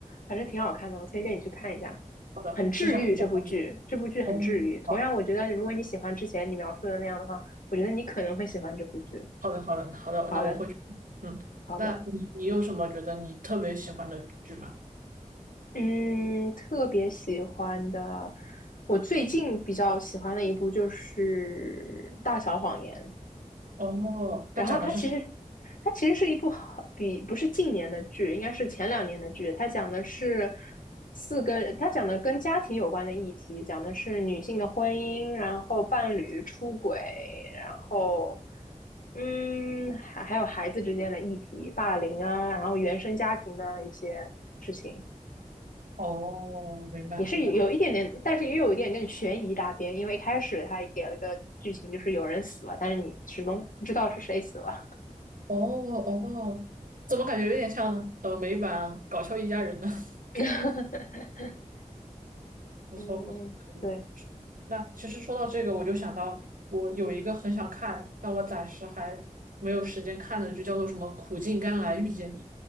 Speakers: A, on the left (about 80°); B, on the right (about 80°).
A: 反正挺好看的，我推荐你去看一下，
B: 好的，
A: 很治愈。
B: 吃下你的阿姨。
A: 这部剧，这部剧很治愈。
B: 哦，
A: 同样，
B: 好，
A: 我觉得如果你喜欢之前你描述的那样的话，我觉得你可能会喜欢这部剧。
B: 好的，好的，好的，
A: 好的，
B: 那我会去。嗯，
A: 好的，
B: 那你你有什么觉得你特别喜欢的剧吗？
A: 嗯，特别喜欢的，我最近比较喜欢的一部就是《大小谎言》，
B: 哦，它讲的是什
A: 然后它其实它其实是一部好比不是近年的剧，应该是前两年的剧。它讲的是四个，它讲的跟家庭有关的议题，讲的是女性的婚姻，然后伴侣出轨，然后嗯，还还有孩子之间的议题，霸凌啊，然后原生家庭的一些事情。
B: 哦，明白明白。
A: 你是有一点点，但是也有一点点悬疑大边，因为一开始他也给了个剧情，就是有人死了，但是你始终不知道是谁死了。
B: 哦哦，怎么感觉有点像呃美版《搞笑一家人》呢？<laughs>
A: <laughs>
B: 不错不错，
A: 嗯，嗯对，
B: 可以。那其实说到这个，我就想到我有一个很想看，但我暂时还没有时间看的剧，叫做什么《苦尽甘来遇见你》，